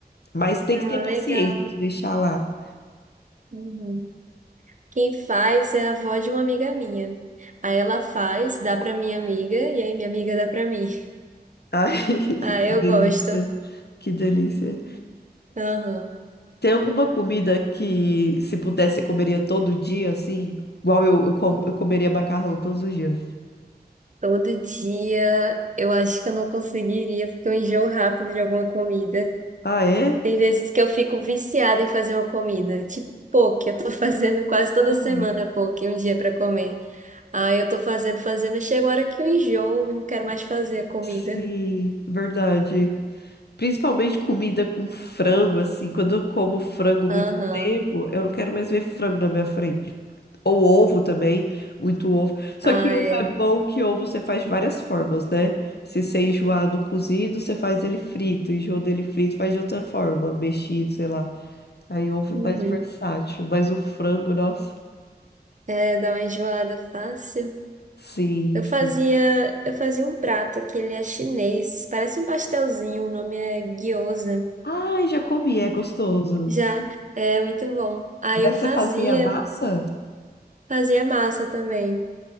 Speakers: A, on the left (about 75°); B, on the right (about 45°).
A: Mas tem
B: ah,
A: que ter paciência
B: legal.
A: de deixar lá.
B: Uhum. Quem faz é a avó de uma amiga minha. Aí ela faz, dá pra minha amiga, e aí minha amiga dá pra mim.
A: Ai, <laughs>
B: Ah,
A: que
B: eu
A: delícia.
B: gosto.
A: Que delícia.
B: Aham.
A: Tem alguma comida que, se pudesse, eu comeria todo dia, assim? Igual eu, eu, com- eu comeria macarrão todos os dias.
B: Todo dia eu acho que eu não conseguiria, porque eu enjoo rápido de alguma comida.
A: Ah, é?
B: Tem vezes que eu fico viciada em fazer uma comida, tipo poke, eu tô <laughs> fazendo quase toda
A: Uhum.
B: semana poke, um dia pra comer. Aí eu tô fazendo, fazendo, chega a hora que eu enjoo e não quero mais fazer a comida.
A: Sim, verdade. Principalmente comida com frango, assim. Quando eu como frango muito
B: Aham.
A: tempo, eu não quero mais ver frango na minha frente. Ou ovo também, muito ovo. Só
B: Ah,
A: que ovo
B: é.
A: é bom que ovo você faz de várias formas, né? Se você enjoar do cozido, você faz ele frito. Enjoa dele frito, faz de outra forma, mexido, sei lá. Aí ovo
B: Uhum.
A: é mais versátil. Mas o frango, nossa.
B: É, dá uma enjoada fácil.
A: Sim,
B: Eu fazia,
A: sim.
B: eu fazia um prato que ele é chinês, parece um pastelzinho, o nome é gyoza.
A: Ai, já comi, é gostoso.
B: Já é muito bom. Aí
A: Mas
B: eu fazia,
A: você fazia massa?
B: fazia massa também.